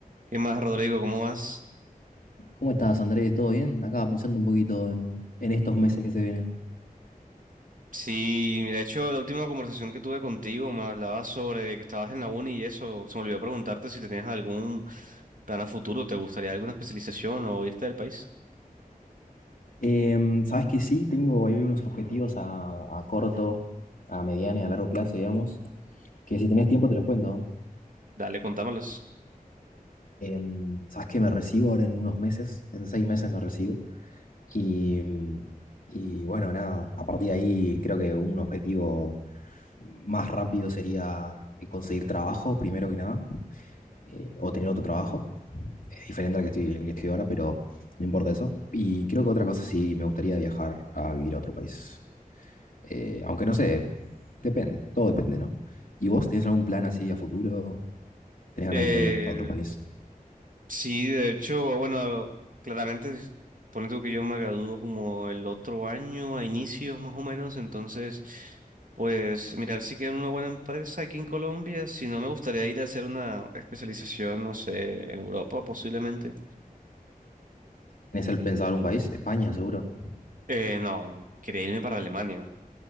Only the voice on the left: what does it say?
¿Cómo estás, Andrés? ¿Todo bien? Acá pensando un poquito en, en estos meses que se vienen.
Em, sabes que sí, tengo ahí unos objetivos a, a corto, a mediano y a largo plazo, digamos, que si tenés tiempo te los cuento.
Em, sabes que me recibo ahora en unos meses, en seis meses me recibo. Y, mm, y bueno, nada, a partir de ahí creo que un objetivo más rápido sería eh, conseguir trabajo, primero que nada, eh, o tener otro trabajo. es diferente al que estoy, el que estoy ahora, pero no importa eso. Y creo que otra cosa sí, me gustaría viajar a vivir a otro país. Eh, aunque no sé, depende, todo depende, ¿no? ¿Y vos tenés algún plan así a futuro? ¿Tenés
ganas de irte a vivir a otro país?
¿Tenés el pensado algún país? España, seguro.